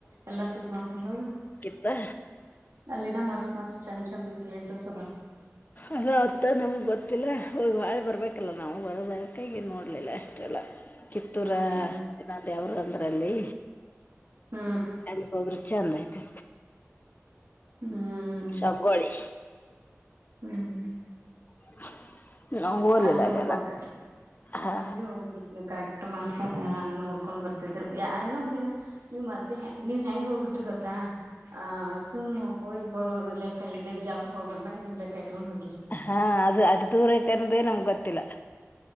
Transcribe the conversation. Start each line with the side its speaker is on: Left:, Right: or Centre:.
Right: ಎಲ್ಲಾ ಸುತ್ತ ಮಾಡಾಕ ಕುಡ್ ಹೋದ್ರ
Left: ಆಹ
Right: ಅಲ್ಲಿನ ಮಸ್ತ್ ಮಸ್ತ್ ಚಂದ್ ಚಂದ್ ಪ್ಲೇಸಸ್ ಅದಾವ
Left: ಅದ ಆತ್ತ ನಮ್ಗೆ ಗೊತ್ತಿಲ್ಲ ಹ ಹಾಳೆ ಬರ್ಬೇಕಲ್ಲ ನಾವು ಬರೋದಕ ನೋಡ್ಲಿಲ್ಲ ಅಷ್ಟು ಅಷ್ಟಲ್ಲ ಕಿತ್ತೂರ
Right: ಹ್ಮ್
Left: ಇಲ್ಲ ಯಾವರು ಅಂದ್ರಲ್ಲಿ
Right: ಹ್ಮ
Left: ಎ ಹೋದ್ರು ಚಂದ ಆಯ್ತು
Right: ಹ್ಮ
Left: ಶಗೋಳಿ
Right: ಹ್ಮ್
Left: <unintelligible> ಹೋಗ್ಲಿಲ್ಲ
Right: ಅಲ್ಲಿ
Left: ಅಲ್ಲೆಲ್ಲ
Right: ಹೋಗ್ಬಕ್
Left: ಹಾ
Right: ಅಲ್ಲಿ ಹೋಗ್ಬೇಕಿತ್ತು ನೀವು ಕರೆಕ್ಟ್ ನೋಡ್ಕೊಂಡ್ ಬರ್ತಿದಿ ಇನ್ನೊಂದ ದಿನ ನೀವ್ ಮದ್ನೀವ್ ಹೆಂಗ್ ಹೋಗ್ಬಿಟ್ರಿ ಗೊತ್ತಾ ಆಹ ಸುಮ್ಮ್ ಹೋಗಿ ಬರೋ ಲೆಕ್ಕ ಇಲ್ಲೇ ಬಿಜಾಪ್ರ ಹೋಗ್ ಬಂದಂಗಗೆ ನೀವ್ ಲೆಕ್ಕ ಇಟ್ಕೊಂಡ್ ಹೋಗಿರಿ
Left: ಹಾ ಅದು ಅದು ದೂರ ಐತೆ ಅನ್ನೋದೇ ನಮ್ಗ್ ಗೊತ್ತಿಲ್ಲ